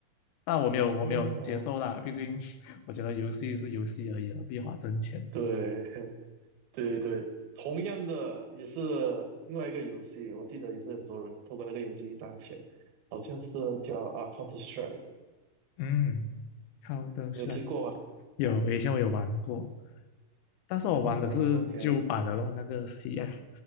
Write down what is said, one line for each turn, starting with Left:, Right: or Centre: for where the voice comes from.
Left: 但我没有我没有接受啦，
Right: 哦，
Left: 毕竟 <laughs> 我觉得游戏是游戏而已，何必花真钱？
Right: 对 <laughs> 对对对，同样的也是另外一个游戏，我记得也是很多人透过那个游戏赚钱，好像是叫啊 Counter Strike
Left: 嗯，好的帅，
Right: 你有听过吗？
Left: 有以前我有玩过，但是我玩的是旧版的咯，
Right: 哦，OK，
Left: 那个 CS